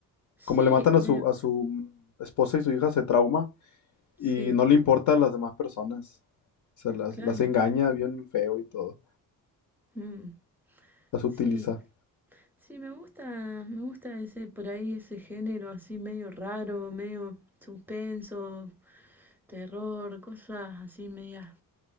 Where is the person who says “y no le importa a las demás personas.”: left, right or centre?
Left